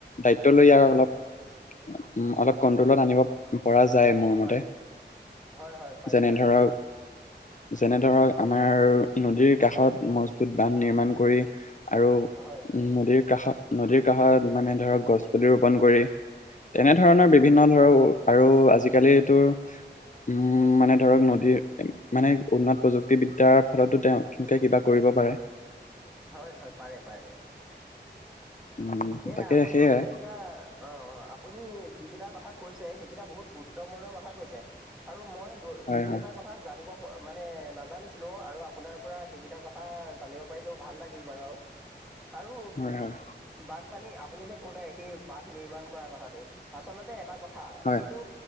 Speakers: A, on the left; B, in the centre.
A: দায়িত্ব লৈ ইয়াক অলপ উম, অলপ কন্ট্ৰলত আনিব পৰা যায় মোৰ মতে।
B: পাৰি হয় হয় পাৰি
A: যেনে
B: পাৰি
A: ধৰক যেনে ধৰক আমাৰ নদীৰ কাষত মজবুত বান্ধ নিৰ্মাণ কৰি আৰু
B: হয় হয়
A: নদীৰ কাষত, নদীৰ কাষত মানে ধৰক গছ পুলি ৰোপন কৰি তেনেধৰণৰ বিভিন্ন ধৰক আৰু আজিকালিটো উম, মানে ধৰক নদীৰ মানে উন্নত প্ৰযুক্তিবিদ্যাৰ ফলতো তেওঁ <unintelligible> কিবা কৰিব পাৰে।
B: হয়, হয়, পাৰে পাৰে।
A: উম
B: এয়া,
A: তাকে
B: আপুনি
A: সেয়াই
B: এতিয়া অ', অ', আপুনি যিকেইটা কথা কৈছে সেইকেইটা বহুত গুৰুত্বপূৰ্ণ কথা কৈছে আৰু মই দু-দুই
A: হয় হয়
B: এটা কথা কথা জানিব, মানে নাজানিছিলোঁ আৰু আপোনাৰ পৰা সেইকেইটা কথা জানিব পাৰিলো ভাল লাগিল বাৰু। আৰু
A: হয়
B: বানপানী আপুনি যে কলে সেই বান্ধ নিৰ্মাণ কৰাৰ কথাটো, আচলতে এটা কথা <unintelligible>
A: হয়
B: এইটো